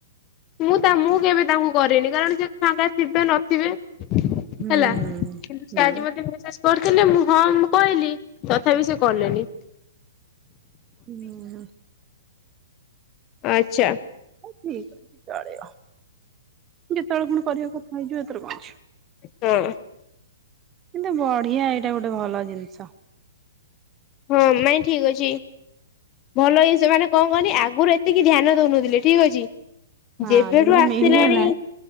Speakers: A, on the left (about 25°); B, on the right (about 20°).
A: ମୁଁ ତା ମୁଁ କେବେ ତାଙ୍କୁ କରେନି କାରଣ ସେ ଫାଙ୍କା ଥିବେ ନଥିବେ।
B: ହୁଁ
A: ହେଲା କିନ୍ତୁ
B: ହୁଁ।
A: ସେ ଆଜି ମତେ ମେସେଜ କରିଥିଲେ ମୁଁ ହଁ ମୁଁ କହିଲି ତଥାପି ସେ କଲେଣି।
B: ନା।
A: ଆଚ୍ଛା।
B: ଠିକ ଅଛି ଚଳିବ। ଯେତେବେଳେ ଫୁଣି କରିବ କଥା ହେଇଯିବା। ତରବା <inaudible>
A: ହଁ।
B: କିନ୍ତୁ ବଢିଆ ଏଇଟା ଗୋଟେ ଭଲ ଜିନିଷ।
A: ହଁ! ନାଇଁ ଠିକ ଅଛି। ଭଲ ଇ ସେମାନେ କଣ କହନି ଆଗରୁ ଏେ ସେତିିକେ ଧ୍ୟାନ ଦଉନଥିଲେ ଠିକ୍ ଅଛି।
B: ହଁ
A: ଯେବେଠୁ
B: ଯେମିତି
A: ଆସିଲାଣି
B: ମିଳିଗଲା